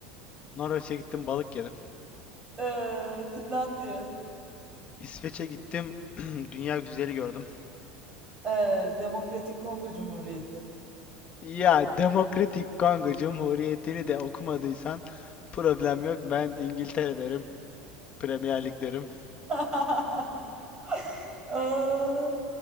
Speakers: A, on the left; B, on the right.
A: Norveç'e gittim. Balık yedim.
B: e, Finlandiya,
A: İsveç'e gittim. <clears throat> <laughs> Dünya güzeli gördüm.
B: e, Demokratik Kongo Cumhuriyeti.
A: Ya Demokratik Kongo Cumhuriyeti'ni de okumadıysan problem yok. Ben İngiltere derim. Premier Lig derim.
B: <laughs> Aa,